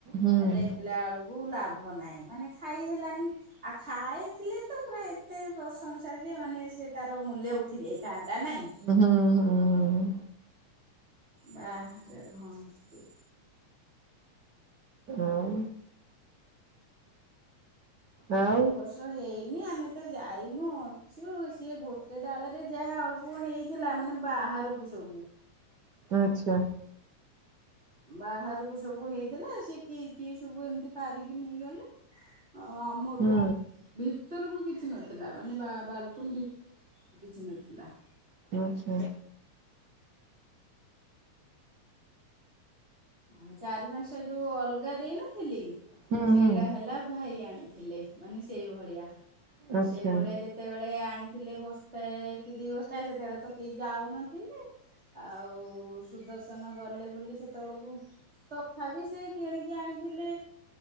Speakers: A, on the right (about 70°); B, on the right (about 20°).
A: ହୁଁ
B: ଆ' ଦେଖିଲା ବେଳକୁ ଲାଭ ନାହିଁ। ମାନେ ଖାଇ ହେଲାନି। ଆଉ ଖାଇଥିଲେ ତ ପୁରା ଏତେ ପ୍ରଶଂସା, ଯେ ମାନେ ସେ ତାର ମୂଲ୍ୟ ଉଠି ଯାଇଥାନ୍ତା। ନାଇଁ।
A: ହୁଁ, ହୁଁ।
B: ବାହାରେ ଘନ୍ଟି
A: ଆଉ ଆଉ
B: ଏ ବର୍ଷ ହେଇ ନି ଆମେ ତ ଯାଇନୁ, ଅଛୁ। ସିଏ ଗୋଟେ ଡାଳରେ ଯାହା ଅଳ ପୁଅ ହେଇଥିଲା। ମାନେ ବାହାରକୁ ସବୁ।
A: ଆଚ୍ଛା
B: ବାହାରକୁ ସବୁ ହେଇଥିଲା। ସି କେହି, କେହି ସବୁ ଏମିତି ପାରିକି ନେଇଗଲେ। ହ ଆମର
A: ହୁଁ
B: ଭିତରକୁ କି କିଛି ନଥିଲା, ମାନେ ବା-ବା-ବାଲକୁନି ବି କିଛି ନଥିଲା।
A: ଆଚ୍ଛା।
B: ଆଉ ଚାରି ପାଞ୍ଚଟା ଯୋଉ ଅଲଗା ଦେଇନଥିଲି।
A: ହୁଁ
B: ସେଇଟା
A: ହୁଁ
B: ହେଲା ଭାଇ ଆଣେ। ଥିଲେ ମାନେ ସେଇ ଭଳିଆ।
A: ଆଚ୍ଛା।
B: ସେଇଭଳିଆ ଯେତେବେଳେ ଆଣି ଥିଲେ ବସ୍ଥାଏ, କି ଦି ବସ୍ଥାଏ, ସେତେବେଳେ ତ କେହି ଯାଉନା ହେଲେ, ଆଉ ସୁଦର୍ଶନ ଗଲେ ବୋଲି ସେତେବେଳକୁ ଓ, ତଥାପି ସେ କିଣିକି ଆଣିଥିଲେ,